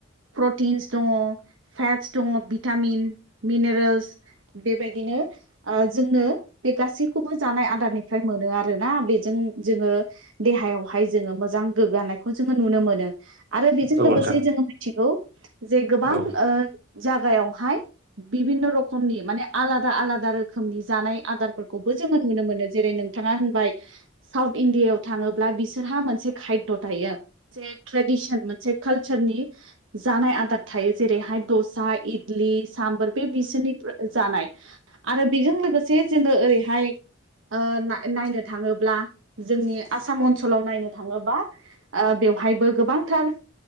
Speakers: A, on the right; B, on the right.
A: प्रटिन्स दङ। फेटस दङ बि टामिन मिनेरेल्स बेबायदिनो ओ जोंनो बे गासैखौबो जानाय आदारनिफ्राय मोनो आरोना बेजों जोङो देहायावहाय जोङो मोजां गोग्गानायखौ जोङो नु नुनो मोनो आरो बेजों
B: औ
A: लोगोसे
B: नोंथां
A: जोङो मोनथिगौ जे गोबां
B: औ
A: ओ जागायाव हाय बिभिन्न' रोखमनि माने आलादा आलादा रोखोमनि जानाय आदारफोरखौबो जोङो नुनो मोन नो। जेरै नोंथाङा होनबाय साउथ इण्डियायाव थाङोब्ला बिसोरहा मोनसे खायद' थायो। से ट्रेडिसन मोनसे कालचारनि जानाय आदार थायो जेरैहाय दसा इद द्लि साम्बोर बे बिसोरनि जानाय आरो बेजों लोगोसे जोङो ओरैहाय ओ ना नायनो थाङोब्ला जोंनि आसाम अनसोलाव नायनो थाङोबा ओ बे बेवहायबो गोबांथार